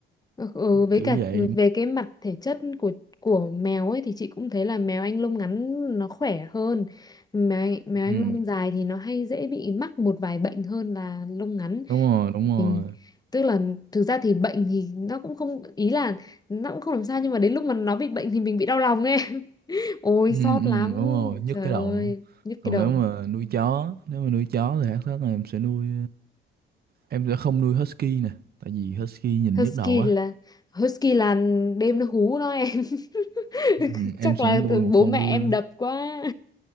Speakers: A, on the left; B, on the right.
A: Ừ, ừ, với
B: kiểu
A: cả
B: vậy
A: về cái mặt thể chất của của mèo ấy thì chị cũng thấy là mèo anh lông ngắn nó khỏe hơn. Mèo anh, mèo anh
B: ừ.
A: lông dài thì nó hay dễ bị mắc một vài bệnh hơn là lông ngắn.
B: đúng rồi đúng rồi
A: Mình tức là thực ra thì bệnh thì nó cũng không ý là nó cũng không làm sao nhưng mà đến lúc mà nó bị bệnh thì mình bị đau lòng em. <laughs> Ôi
B: ừ,
A: xót
B: ừ,
A: lắm.
B: đúng rồi nhức
A: Trời
B: cái
A: ơi,
B: đầu nữa
A: nhức
B: còn
A: cái đầu.
B: nếu mà nuôi chó nếu mà nuôi chó thì hát rất là em sẽ nuôi em sẽ không nuôi husky nè tại vì husky nhìn
A: Husky
B: nhức đầu á
A: là Husky là đêm nó hú nó em. <laughs>
B: ừ, em
A: Chắc
B: sẽ
A: là
B: nuôi
A: tự-
B: một
A: bố
B: con
A: mẹ
B: bull
A: em đập quá.